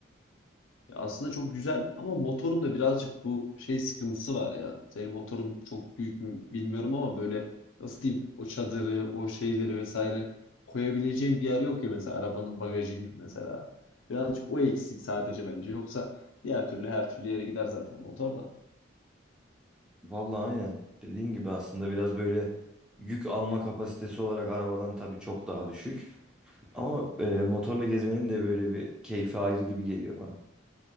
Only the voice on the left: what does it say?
Ya Aslında çok güzel ama motorun da birazcık bu şey sıkıntısı var ya. Senin motorun çok büyük mü bilmiyorum ama böyle nasıl diyeyim o çadırı, o şeyleri vesaire koyabileceğin bir yer yok ya mesela arabanın bagajı gibi mesela. Birazcık o eksik sadece bence. Yoksa diğer türlü her türlü yere gider zaten motor da.